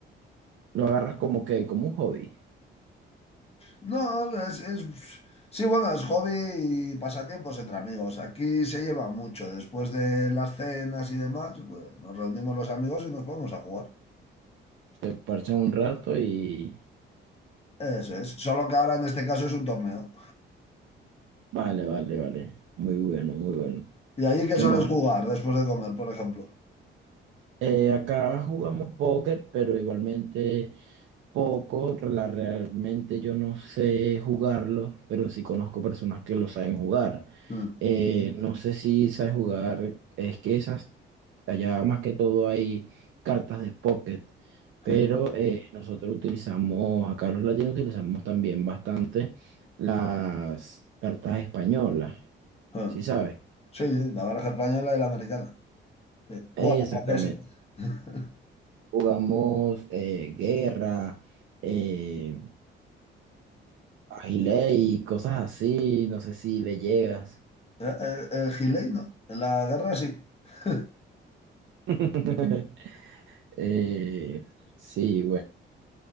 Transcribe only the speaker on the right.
lo agarras como que, como un hobby.
Te parchas un rato y...
Vale, vale, vale. Muy bueno, muy bueno.
¿Qué
más?
Eh, acá jugamos póker, pero igualmente poco. la- Realmente yo no sé jugarlo, pero sí conozco personas que lo saben jugar.
Eh, no sé si sabes jugar, es que esas, allá más que todo hay cartas de pocket, pero
eh, nosotros utilizamos, acá los latinos utilizamos también bastante las cartas españolas,
¿sí sabes?
Exactamente.
Jugamos eh, guerra, eh, agilé y cosas así. No sé si le llegas.
<laughs> Eh, sí, bueno.